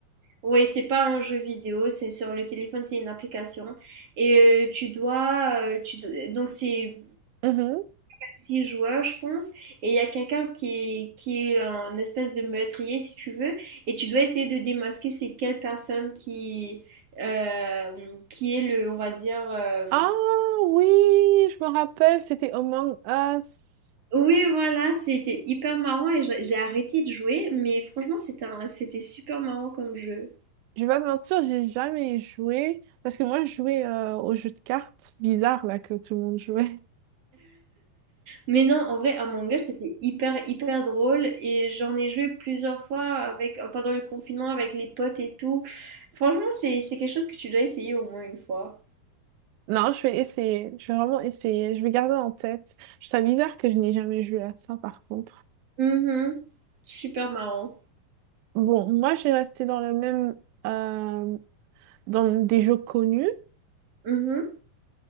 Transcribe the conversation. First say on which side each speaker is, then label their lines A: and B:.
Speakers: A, on the right; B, on the right.
A: ouais, c'est pas un jeu vidéo, c'est sur le téléphone, c'est une application. Et euh, tu dois. euh, tu... do- Donc, c'est
B: Mhm.
A: six joueurs, je pense, et il y a quelqu'un qui est, qui est un espèce de meurtrier, si tu veux, et tu dois essayer de démasquer c'est quelle personne qui, euh, qui est le, on va dire... euh,
B: Ah oui, je me rappelle, c'était Among Us.
A: Oui, voilà, c'était hyper marrant et j'ai j'ai arrêté de jouer, mais franchement, c'était un- c'était super marrant comme jeu.
B: Je vais pas te mentir, j'ai jamais joué parce que moi je jouais euh, au jeu de cartes bizarre là que tout le monde jouait. <laughs>
A: Mais non, en vrai, Among Us, c'était hyper, hyper drôle et j'en ai joué plusieurs fois avec, pendant le confinement avec les potes et tout. Franchement, c'est c'est quelque chose que tu dois essayer au moins une fois.
B: Non, je vais essayer, je vais vraiment essayer, je vais garder en tête. Je trouve ça bizarre que je n'ai jamais joué à ça par contre.
A: Mmh Super marrant.
B: Bon, moi j'ai resté dans le même euh, dans des jeux connus.
A: Mmh